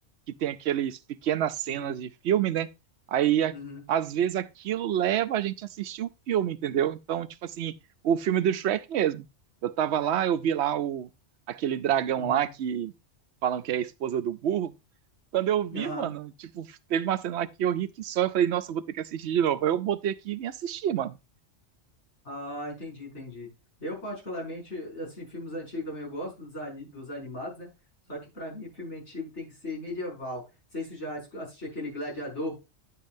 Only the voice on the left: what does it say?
uhum,
uhum,
uhum.
Aham.
Ah, entendi, entendi. Eu, particularmente, assim, filmes antigos também eu gosto dos, ani- dos animados, né? Só que pra mim, filme antigo tem que ser medieval. Não sei se tu já es- assistiu aquele Gladiador.